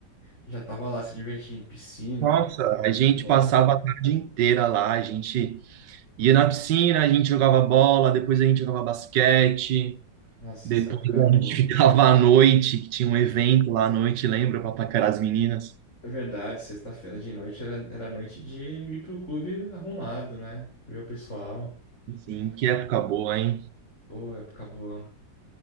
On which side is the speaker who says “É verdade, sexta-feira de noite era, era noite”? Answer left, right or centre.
Left